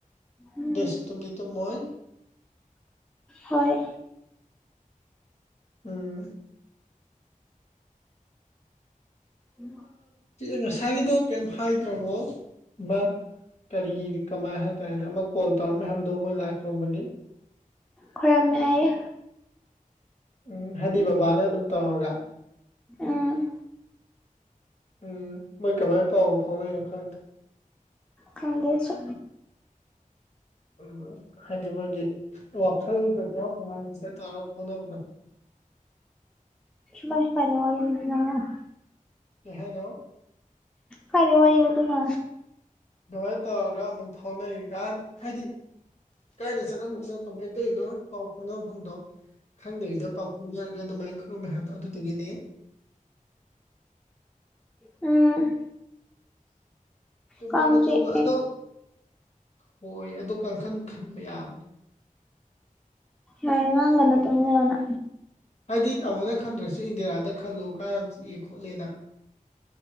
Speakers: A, in the centre; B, on the left (about 50°).
A: ꯎꯝ
B: ꯗꯁꯨ ꯇꯨꯝꯗꯤ ꯇꯨꯝꯃꯣꯏ
A: ꯍꯣꯏ
B: ꯎꯝ
A: ꯎꯝ <unintelligible>
B: ꯉꯁꯥꯏꯒꯤꯗꯣ ꯀꯩꯝ ꯍꯥꯏꯗ꯭ꯔꯣꯕ ꯀꯔꯤꯒꯤ ꯀꯃꯥꯏ ꯍꯥꯏ ꯇꯥꯔꯦ ꯑꯃꯛ ꯀꯣꯜ ꯇꯧꯔꯝꯃꯦ ꯍꯥꯏꯕꯗꯣ ꯃꯣꯏ ꯂꯥꯏ ꯈꯨꯏꯔꯨꯝꯕꯒꯤ
A: ꯈꯣꯢꯔꯝꯃꯦ ꯍꯥꯏꯌꯦ
B: ꯎꯝ ꯍꯥꯏꯗꯤ ꯕꯕꯥꯅ ꯑꯗꯨꯝ ꯇꯧꯔꯒ
A: ꯎꯝ
B: ꯎꯝ ꯃꯣꯏ ꯀꯃꯥꯏꯅ ꯄꯥꯎ ꯐꯥꯎꯅꯩꯅꯣ ꯈꯪꯗꯦ
A: ꯈꯪꯗꯦ ꯑꯩꯁꯨ
B: ꯎ ꯍꯥꯏꯗꯤ ꯃꯣꯏꯒꯤ ꯋꯥꯈꯜꯗ ꯆꯍꯥꯛ ꯃꯥꯡꯗ ꯇꯧꯔꯒ ꯐꯥꯎꯅꯕꯗꯣ
A: ꯁ ꯀꯥꯢꯗꯩ ꯋꯥꯔꯤꯗꯤ <unintelligible>
B: ꯀꯩ ꯍꯥꯏꯅꯣ
A: ꯀꯥꯏꯗꯩꯩ ꯋꯥꯏꯔꯤꯅꯣ ꯑꯗꯨꯅ
B: ꯑꯗꯨꯃꯥꯏꯅ ꯇꯧꯔꯒ ꯑꯃꯨꯛ ꯐꯥꯎꯅꯩꯀꯥꯟꯅ ꯍꯥꯏꯗꯤ ꯀꯥꯏꯗ ꯆꯠꯂꯝꯃꯤꯅꯣ ꯀꯃꯥꯏꯅ ꯇꯧꯔꯤꯅꯣ ꯄꯥꯎ ꯐꯥꯎꯅꯐꯝꯗꯣ ꯈꯪꯗꯔꯤꯗ ꯄꯥꯎ ꯑꯗꯨꯃꯥꯏꯅ ꯈꯔꯨꯝꯃꯦ ꯍꯥꯏꯕꯗꯣ ꯑꯗꯨꯗꯒꯤꯅꯦ
A: ꯎꯝ
B: ꯑꯗꯨꯃꯥꯏꯅ
A: ꯀꯥꯡ ꯆꯤꯛꯑꯦ
B: ꯇꯧꯕ ꯑꯗꯣ ꯍꯣꯏ ꯑꯗꯣ ꯀꯥꯡꯈꯟ ꯈꯟꯕ ꯌꯥꯕꯅꯦ
A: ꯍꯌꯦ ꯉꯥꯡꯒꯅ ꯇꯝ ꯂꯩꯅ
B: ꯍꯥꯏꯗꯤ ꯇꯥꯃꯣꯅ ꯈꯟꯗ꯭ꯔꯁꯨ ꯏꯟꯗꯤꯌꯥꯥꯗ ꯈꯜꯂꯣ ꯀꯥꯏ ꯌꯥꯝ ꯆꯤꯛꯑꯦ ꯈꯣꯠꯂꯦꯅ